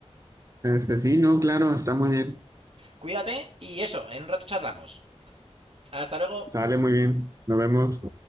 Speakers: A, on the right; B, on the right.
A: Este, sí, no, claro, está muy bien.
B: Cuídate y eso, en un rato charlamos. Hasta luego.
A: Sale muy bien. Nos vemos.